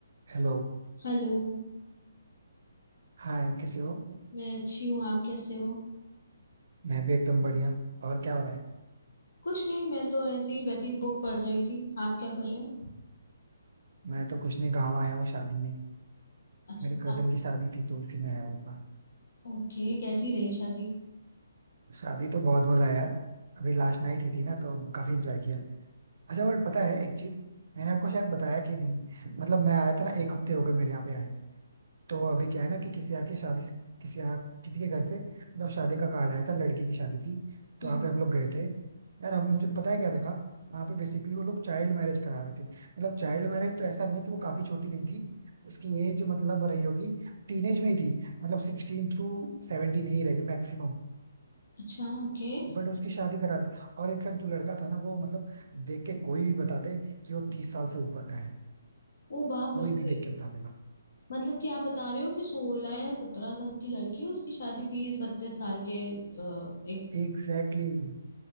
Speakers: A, on the right (about 60°); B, on the left (about 70°).
A: Hello
B: Hello
A: Hi कैसे हो
B: मैं अच्छी हूँ आप कैसे हो
A: मैं भी एकदम बढ़िया और क्या हो रहा है
B: कुछ नहीं मैं तो ऐसे ही बैठी बुक पढ़ रही थी आप क्या कर रहे हो
A: मैं तो कुछ नहीं गाँव आया हूँ शादी में
B: अच्छा
A: मेरे कजन की शादी थी तो उसी में आया हुआ था
B: ओके कैसी रही शादी
A: शादी तो बहुत मजा आया यार अभी लास्ट नाइट ही थी ना तो काफी एंजॉय किया अच्छा बट पता है एक चीज मैंने आपको शायद बताया कि नहीं मतलब मैं आया था ना एक हफ्ते हो गए मेरे यहाँ पे आए तो अभी क्या है ना कि किसी आके शादी किसी आ, किसी के घर से मतलब शादी का कार्ड आया था लड़की की शादी थी तो
B: हम्म
A: वहाँ पे हम लोग गए थे यार हम मुझे पता है क्या देखा वहाँ पे बेसिकली वो लोग चाइल्ड मैरिज करा रहे थे मतलब चाइल्ड मैरिज तो ऐसा नहीं है कि वो काफी छोटी नहीं थी उसकी एज मतलब रही होगी टीनेज में ही थी मतलब सिक्सटीन टू सेवनटीन ही रहेगी मैक्सिमम
B: अच्छा ओके
A: बट उसकी शादी करा दी और इनफैक्ट जो लड़का था ना वो मतलब देख के कोई भी बता दे कि वो तीस साल से ऊपर का है
B: ओ बाप
A: कोई
B: रे
A: भी देख के बता देगा
B: मतलब कि आप बता रहे हो कि सोलह या सत्रह साल की लड़की है उसकी शादी तीस बत्तीस साल के अ, एक
A: Exactly exactly.